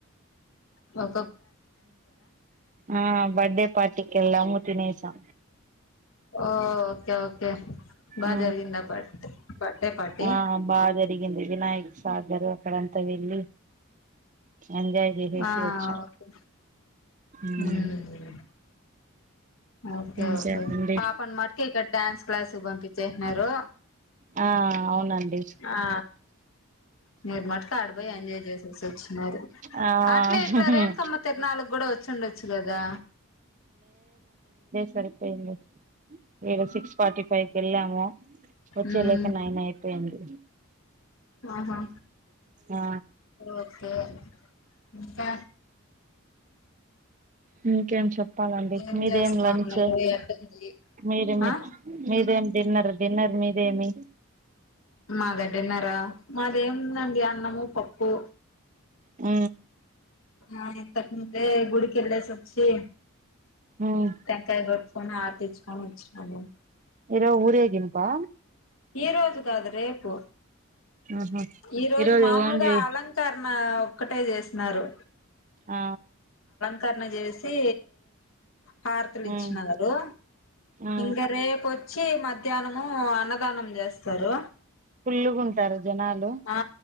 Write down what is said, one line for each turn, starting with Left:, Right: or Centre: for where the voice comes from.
Left: ఓ
Right: ఆ బర్డే పార్టీకి ఎలా మూ తిన స
Left: ఓ ఓకే ఓకే బాగా
Right: ఆ
Left: జరిగిందా బర్త్ బర్త్డే పార్టీ
Right: ఆ బాగా జరిగింది వినాయక్ సాగర్ అక్కడంతా వెళ్ళి ఎంజాయ్ చేసేసి
Left: ఆ
Right: వచ్చాం
Left: ఓకే
Right: ఉమ్
Left: మ్మ్. ఓకే
Right: ఇంకేమండి
Left: ఓకే పాపం మటుకి ఇక్కడ డ్యాన్స్ క్లాసు పంపించేయి నరు
Right: ఆ అవునండి
Left: ఆ మీరు మట్కా ఆడిపోయి ఎంజాయ్ చేసేసి వచ్చినారు
Right: ఆ
Left: అట్లే ఇట్లా రేణుకమ్మ తిరనాలకు కూడా వచ్చుండొచ్చు కదా
Right: సరిపేయింది ఈడ సిక్స్ ఫార్టీ ఫైవ్ కెళ్ళాము వచ్చేలేక
Left: ఉమ్
Right: నైన్ అయిపోయింది
Left: ఆహా
Right: ఆ
Left: ఓకే ఇంకా
Right: ఉ ఇంకేం చెప్పాలండి
Left: ఏం
Right: మీదేం
Left: చేస్తా
Right: లంచ్
Left: ఉన్నారు ఎట్టుంది
Right: మీరే మి
Left: ఆ
Right: మీదేం డిన్నర్ డిన్నర్ మీదే మీ
Left: మాదా డిన్నరు మాదేముందండి అన్నము పప్ పూ
Right: ఊ
Left: ఆ తను ముందే గుడికెల్లేసి వచ్చి
Right: ఉమ్
Left: టెంకాయ గొట్ కొని హారతిచ్చుకోని వచ్చిన నేను
Right: ఏ రా ఊరేగింపా
Left: ఈ రోజు కాదు రేపు
Right: ఆహా
Left: ఈ రోజు
Right: ఈరోజు
Left: మామూలుగా
Right: ఓన్లీ
Left: అలంకరణ ఆ ఒక్కటే చేసినారు
Right: ఆ
Left: కరణ చేసి హారతులిచ్చి
Right: ఉమ్
Left: నారు
Right: ఆ
Left: ఇంక రేపు చ్చి మధ్యాహ్నము అన్న దానం చేస్తారు
Right: ఫుల్లుగుంటారు జనాలు
Left: ఆ